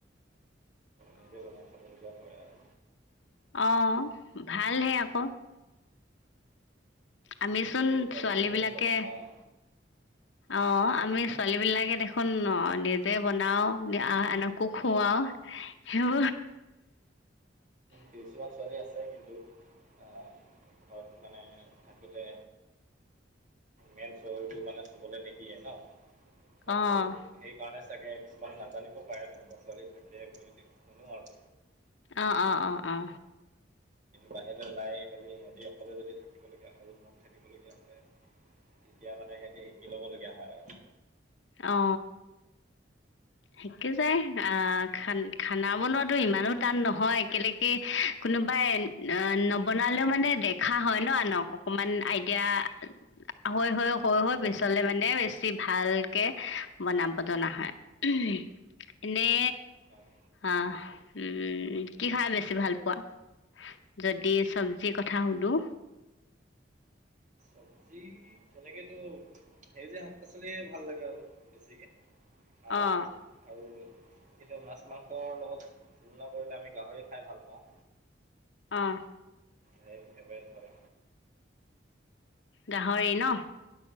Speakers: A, on the right; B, on the left.
A: নিজে বনাই খাব লগীয়া হৈ আৰু।
B: অ ভালহে আক। আমিচোন
A: সেই
B: ছোৱালী
A: অভিজ্ঞতা
B: বিলাকে
A: অঁ
B: অ আমি ছোৱালী বিলাকে দেখোন, অ নিজে বনাও আ আনকো খোৱাও। হেঅ
A: কিছুমান ছোৱালী আছে কিন্তু। আ ঘৰত মানে থাকোঁতে মেইন চৰুতো মানে চুবলে নিদিয়ে ন, ত
B: অ',
A: সেই সেইকাৰণে চাগে কিছুমান নাজানিব পাৰে তেনেকুৱা ছোৱালী থাকে, বুলি শুনো আৰু।
B: অ, অ, অ, অ।
A: বাহিৰলে ওলাই মেলি সিহঁতি অকলে যদি থাকিবলগীয়া হয়, ৰুমত থাকিবলগীয়া হয়। তেতিয়া মানে সেতি শিকি ল'ব লগীয়া হয় আৰু।
B: অ। সে যাই আহ খান খানা বনোৱাাতো ইমানো টান নহয় কেলেকি কোনোবাই অ নবনালেও মানে দেখা হয় ন আনক অকমান আইডিয়া হৈ হৈ হৈ হৈ পিছলে মানে বেছি ভালকে বনাব জনা হয়। উঃ এনে
A: হয়
B: অ উম কি খাই বেছি ভাল পোৱা? যদি চব্জিৰ কথা সুধো
A: চবজি তেনেকেতো সেই যে শাক পাচলিয়ে ভাল লাগে আৰু বেছিকে স
B: অঁ
A: আৰু কিন্তু মাছ মাংসৰ লগত যোলনা কৰিলে আমি গাহৰি খাই ভাল পাওঁ
B: অঁ
A: হ ফেভৰেট হয়
B: গাহৰি ন